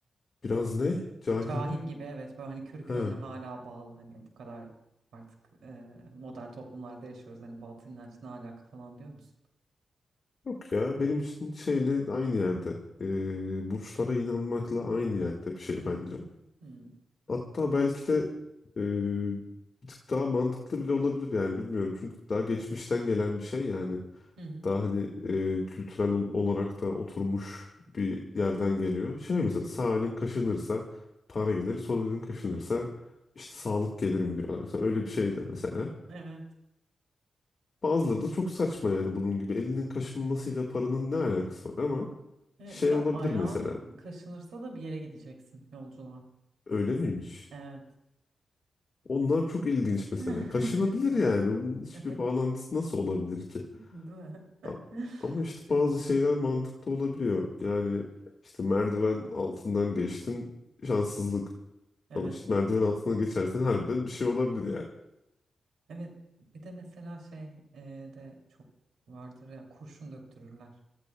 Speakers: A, on the left (about 50°); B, on the right (about 85°).
A: Biraz ne? Cahil
B: Cahil
A: mi?
B: gibi evet böyle hani körü
A: Ha.
B: körüne hala bağlı hani bu kadar artık e, modern toplumlarda yaşıyoruz hani batıl inanç ne alaka falan diyor musun?
A: Yok ya benim için şeyle aynı yerde. Ee, burçlara inanmakla aynı yerde bir şey
B: Hmm,
A: bence.
B: hmm,
A: Hatta belki de e, bir tık daha mantıklı bile olabilir yani bilmiyorum. Çünkü daha geçmişten gelen bir şey yani.
B: Hı hı,
A: daha hani e, kültürel ol- olarak da oturmuş bir yerden geliyor. Şey mesela
B: hı
A: sağ
B: hı.
A: elin kaşınırsa para gelir, sol elin kaşınırsa işte sağlık gelir mi diyorlar. Mesela öyle bir şey de mesela.
B: Evet.
A: Bazıları da çok saçma yani bunun gibi. Elinin kaşınmasıyla paranın ne alakası var ama
B: Evet,
A: şey
B: Bir de
A: olabilir
B: ayağın
A: mesela.
B: kaşınırsa da bir yere gideceksin yolculuğa.
A: Öyle miymiş?
B: Evet.
A: Onlar çok ilginç mesela.
B: <laughs>
A: Kaşınabilir yani. Bunun hiçbir
B: Evet.
A: bağlantısı nasıl olabilir ki?
B: Değil mi? <laughs>
A: A- Ama işte bazı şeyler mantıklı olabiliyor. Yani işte merdiven altından geçtin şanssızlık.
B: Evet.
A: Ama işte merdiven altından geçersen harbiden bir şey olabilir yani.
B: Evet. Bir de mesela şey e, de çok vardır ya kurşun döktürürler.